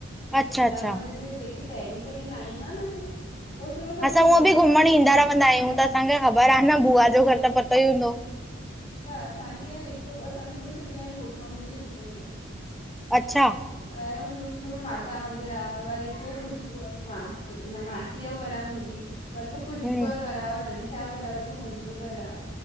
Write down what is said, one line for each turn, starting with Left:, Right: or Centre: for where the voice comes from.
Left: त
Centre: अच्छा
Left: झूलेलाल
Centre: अच्छा
Left: मंदिर जी ॼेकी पहिरीं पहिरीं लाइन आ न मिस उहा सिर्फ़ु
Centre: असां
Left: पूरी
Centre: हूअ
Left: गोस्वामीनि
Centre: बि घुमण ईंदा
Left: जी आहे
Centre: रवंदा आहियूं। त असांखे ख़बर आ न बुआ जो घर त पतो ई हूंदो।
Left: त असां कीअं हिकु असांजी पूरी सॼी लाइन गोस्वामी जी हिकु ई आ।
Centre: अच्छा
Left: पहिरों शुरू शुरू में माता जो मंदिर आ, वरी पो ख़ुशबू अ न मासीअ जो घर आ। जी। वरी पो ख़ुशबूअ
Centre: हम्म
Left: जो घर आ, वरी मनीषा जो घर आ, वरी पो मुंहिंजो घर आ।